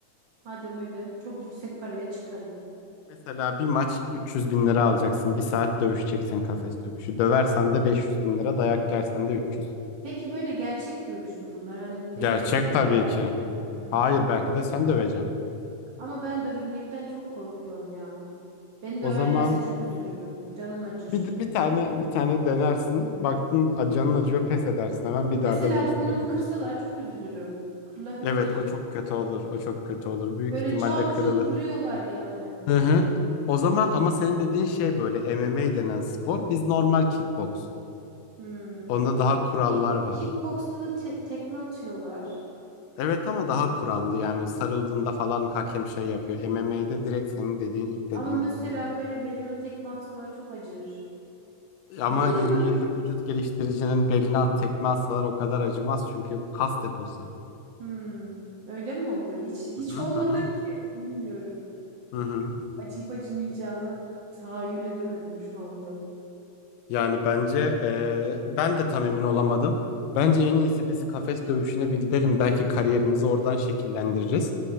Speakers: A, on the right (about 80°); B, on the left (about 85°).
A: Madem öyle çok yüksek paraya çıkarım.
B: Mesela bir maç 300 bin lira alacaksın. Bir saat dövüşeceksin kafes dövüşü. Döversen de 500 bin lira, dayak yersen de 300.
A: Peki böyle gerçek dövüş mü bunlar? Hani beni
B: Gerçek
A: dövecekler
B: tabii ki.
A: mi? Hmm.
B: Hayır belki de sen döveceksin.
A: Ama ben dövülmekten çok korkuyorum ya. Beni döverlerse
B: O zaman
A: çok üzülürüm. Canım acır.
B: bir, bir tane bir tane denersin. Baktın canın acıyor pes edersin. Hemen bir daha
A: Mesela
B: da bu işlere
A: burnumu
B: bulaşma.
A: kırsalar çok üzülürüm. Kırılabilir.
B: Evet o çok kötü olur. O çok kötü olur. Büyük
A: Böyle
B: ihtimalle
A: çat
B: kırılır.
A: çut vuruyorlar yani.
B: Hı hı. O zaman ama senin dediğin şey böyle MMA denen spor. Biz normal kickbox.
A: Hmm.
B: Onda daha kurallar
A: Ki
B: var.
A: kickboksta da te- tekme atıyorlar.
B: Evet ama daha kurallı yani sarıldığında falan hakem şey yapıyor. MMA'de direkt senin dediğin ilk
A: Ama
B: dediğin
A: mesela
B: gibi oluyor.
A: böyle belime tekme atsalar çok acır.
B: Ama
A: <laughs>
B: 20 yıllık vücut geliştiricinin beline at tekme atsalar o kadar acımaz çünkü kas deposu.
A: Hmm. Öyle mi oluyor? Hiç hiç
B: Hı hı
A: olmadım
B: hı hı.
A: ki. Bilmiyorum.
B: hı hı.
A: acıyıp acımayacağını tahayyül edemedim şu anda.
B: Yani bence e, ben de tam emin olamadım. Bence en iyisi biz kafes dövüşüne bir gidelim. Belki kariyerimizi oradan şekillendiririz.